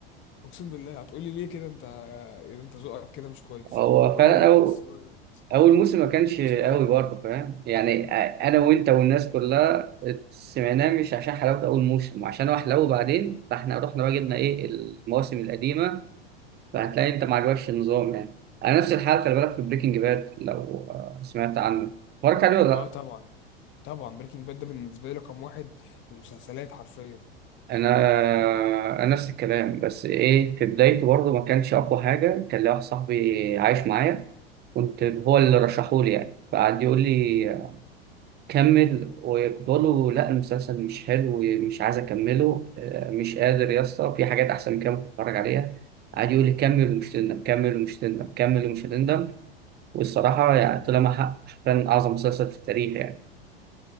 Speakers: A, on the left; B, on the right.
A: اقسم بالله هتقولي ليه كده انت اذا انت ذوقك كده مش كويس
B: هو
A: اقول
B: فعلا
A: لك لا
B: أو
A: بس انا
B: اول موسم ما كانش قوي
A: مش معايا
B: برضه فاهم يعني انا وانت والناس كلها سمعناه مش عشان حلاوه اول موسم عشان هو حلاوه بعدين فاحنا رحنا بقى جبنا ايه المواسم القديمه فهتلاقي انت ما عجبكش النظام يعني انا نفس الحال خلي بالك في بريكنج باد لو آه، سمعت عنه اتفرجت عليه ولا لا
A: اه طبعا طبعا بريكنج باد ده بالنسبه لي رقم واحد في المسلسلات حرفيا
B: انا انا نفس الكلام بس ايه في بدايته برضه ما كانش اقوى حاجه كان لي واحد صاحبي عايش معايا كنت هو اللي رشحولي يعني فقعد يقول لي كمل وكنت بقول له لا المسلسل مش حلو ومش عايز اكمله آه، مش قادر يا اسطى في حاجات احسن من كده ممكن اتفرج عليها قعد يقول لي كمل ومش تندم كمل ومش تندم كمل ومش تندم والصراحه يعني طلع مع حق كان اعظم مسلسل في التاريخ يعني